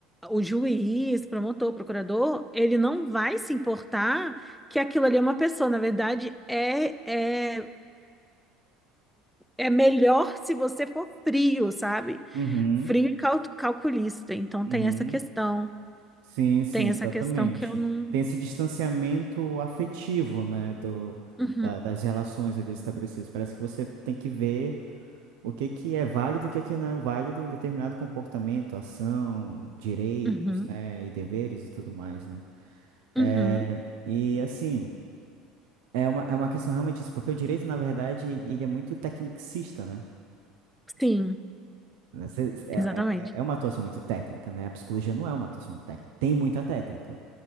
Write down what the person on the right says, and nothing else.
Uhum,
uhum.
Sim, sim,
exatamente.
Tem esse distanciamento afetivo, né, do,
da- das relações ali estabelecidas. Parece que você tem que ver o que que é válido, o que que não é válido em determinado comportamento, ação, direitos,
né, e deveres e tudo mais, né? É,
e assim, é uma, é uma questão realmente isso, porque o direito, na verdade, ele é muito tecnicista, né?
Você- É,
é, é uma atuação muito técnica, né? A psicologia não é uma atuação muito técnica. Tem muita técnica.